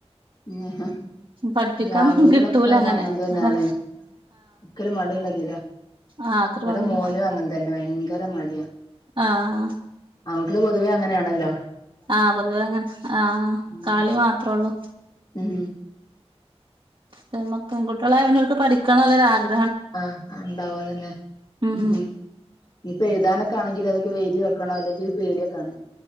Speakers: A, on the left; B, on the right.
A: ആഹാ
B: പഠിപ്പിക്കാൻ
A: ഈ ആൺകുട്ടികളൊക്കെ
B: കിട്ടൂല
A: അ
B: അങ്ങനെ
A: അങ്ങന തന്നാണ്.
B: ആഹ്
A: ഒരിക്കല മടിള്ളതില
B: ആഹ് അക്കറ്
A: ഇവിടെ
B: മതില്ലോ
A: മോനും അങ്ങന തന്നെ ഭയങ്കര മടിയ
B: ആഹ്
A: ആൺകുട്ടികള് പൊതുവേ അങ്ങനെയാ അല്ല
B: ആഹ പൊതുവേ അങ്ങനെ ആഹ്
A: ഉം
B: കാളി മാത്രേ ഉള്ളൂ
A: ഉം
B: പി പെൺകുട്ടികള അവക്ക് പഠിക്ക ആം
A: ആഹ് ഉണ്ടാവോതന്നെ
B: ഉം
A: ഉ ഇപ്പ എഴുതാന ആണെങ്കിൽ അതൊ വേതി വെക്കണ അെങ്കിൽ ഒരു പേടിിയെക്കണ